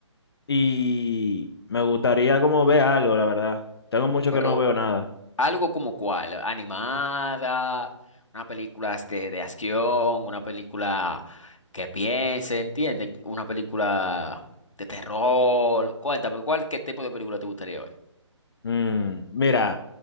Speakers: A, on the left; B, on the left.
A: y me gustaría como ver algo, la verdad. Tengo mucho
B: Pero
A: que no veo nada.
B: algo como cuál, animada, una película este, de acción, una película que piense, ¿entiendes? Una película de terror. Cuéntame, ¿cuál, qué tipo de película te gustaría ver?
A: Mm, mira,